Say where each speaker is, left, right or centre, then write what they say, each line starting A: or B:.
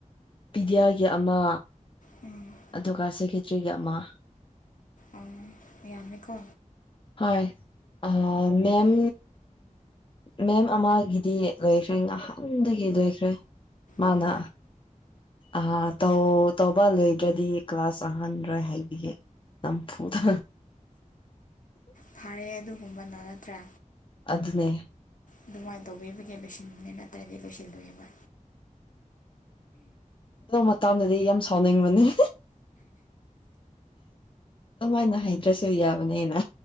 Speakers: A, on the left; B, on the left.
A: ꯄꯤꯗꯤꯌꯥꯒꯤ ꯑꯃ
B: ꯎꯝ
A: ꯑꯗꯨꯒ ꯁꯦꯀꯦꯇ꯭ꯔꯤꯒꯤ ꯑꯃ
B: ꯑꯪ ꯍꯣꯏ ꯌꯥꯝꯃꯤꯀꯣ
A: ꯍꯣꯏ ꯑ ꯃꯦꯝ ꯃꯦꯝ ꯑꯃꯒꯤꯗꯤ ꯂꯣꯏꯈ꯭ꯔꯦ ꯉꯥꯍꯥꯟꯗꯒꯤ ꯂꯣꯏꯈ꯭ꯔꯦ ꯃꯥꯅ
B: ꯑꯣ
A: ꯑ ꯇꯧ ꯇꯧꯕ ꯂꯣꯏꯗ꯭ꯔꯗꯤ ꯀ꯭ꯂꯥꯁ ꯆꯪꯍꯟꯗ꯭ꯔꯦ ꯍꯥꯏꯕꯤꯌꯦ ꯅꯝꯐꯨꯗ
B: ꯐꯥꯔꯦ ꯑꯗꯨꯒꯨꯝꯕꯗꯣ ꯅꯠꯇ꯭ꯔꯥ
A: ꯑꯗꯨꯅꯦ
B: ꯑꯗꯨꯃꯥꯏꯅ ꯇꯧꯕꯤꯕꯒꯤ ꯂꯣꯏꯁꯤꯟꯕꯅꯦ ꯅꯠꯇ꯭ꯔꯗꯤ ꯂꯣꯏꯁꯤꯜꯂꯣꯏꯑꯕ
A: ꯑꯗꯨ ꯃꯇꯝꯗꯗꯤ ꯌꯥꯝ ꯁꯥꯎꯅꯤꯡꯕꯅꯦ ꯑꯗꯨꯃꯥꯏꯅ ꯍꯩꯗ꯭ꯔꯁꯨ ꯌꯥꯕꯅꯦꯅ